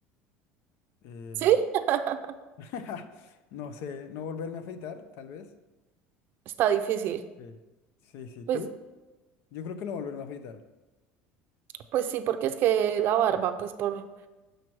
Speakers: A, on the left; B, on the right.
A: eh,
B: ¿Sí? <laughs>
A: <laughs> no sé, no volverme a afeitar, tal vez.
B: Está difícil.
A: Sí, sí, sí,
B: Pues,
A: ¿tú? Yo creo que no volverme a afeitar.
B: pues sí, porque es que la barba, pues por,